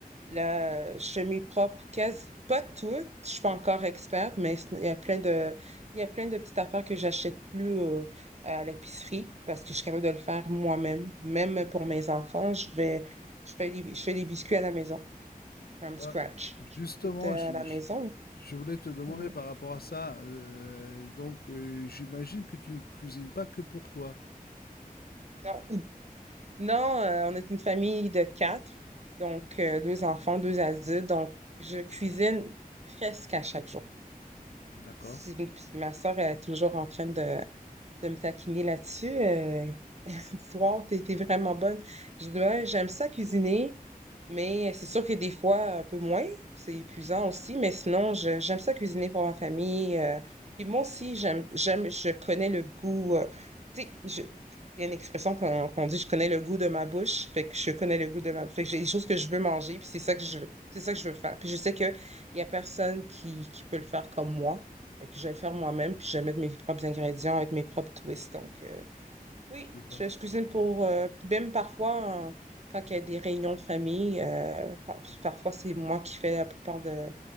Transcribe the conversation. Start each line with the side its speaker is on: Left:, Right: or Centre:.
Right: la chemise propre quasi, pas toutes, je suis pas encore experte, mais sinon, il y a plein de, il y a plein de petites affaires que j'achète plus euh, à l'épicerie parce que je suis capable de le faire moi-même. Même pour mes enfants, je vais, je fais des, je fais des biscuits à la maison, from scratch.
Left: Ah, justement,
Right: Je fais tout euh,
Left: je,
Right: à la
Left: je-
Right: maison.
Left: je voulais te demander
Right: Mhm.
Left: par rapport à ça. euh, donc euh, j'imagine que tu ne cuisines pas que pour toi.
Right: Non, Non, euh, on est une famille de quatre, donc euh, deux enfants, deux adultes, donc je cuisine presque à chaque jour.
Left: D'accord.
Right: Si- puis Ma soeur est toujours en train de, de me taquiner là-dessus. Euh, <laughs> soir, t'es, t'es vraiment bonne. Je dis, Ouais, j'aime ça cuisiner, mais c'est sûr que des fois, un peu moins, c'est épuisant aussi, mais sinon, je- j'aime ça cuisiner pour ma famille. euh. puis moi aussi, j'aime, j'aime, je connais le goût. euh, tu sais, je- il y a une expression qu'on qu'on dit, je connais le goût de ma bouche, fait que je connais le goût de ma bouche. Fait que j'ai des choses que je veux manger, puis c'est ça que je veux, c'est ça que je veux faire. Puis je sais qu'il y a personne qui, qui peut le faire comme moi. Fait que je vais le faire moi-même, puis je vais mettre mes propres ingrédients avec mes propres twists. Donc, euh, oui,
Left: Je vois.
Right: je, je cuisine pour, euh, même parfois, euh, quand il y a des réunions de famille, euh, par- parfois c'est moi qui fais la plupart de,